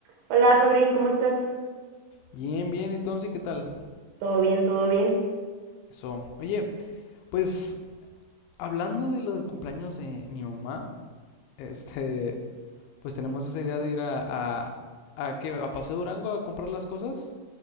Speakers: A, on the right; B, on the left.
A: Hola, Jabrín, ¿cómo estás?
B: Bien, bien. ¿Y tú, Amsi, qué tal?
A: Todo bien, todo bien.
B: Eso. Oye, pues hablando de lo del cumpleaños de mi mamá, este, <laughs> pues tenemos esa idea de ir a, a, a, ¿qué? a Paseo Durango a comprar las cosas.